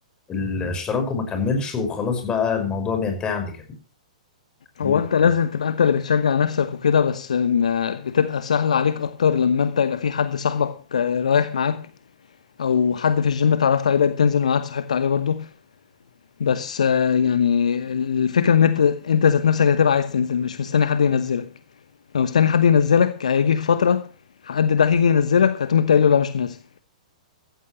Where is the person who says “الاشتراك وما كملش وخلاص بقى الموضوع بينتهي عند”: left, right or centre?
Left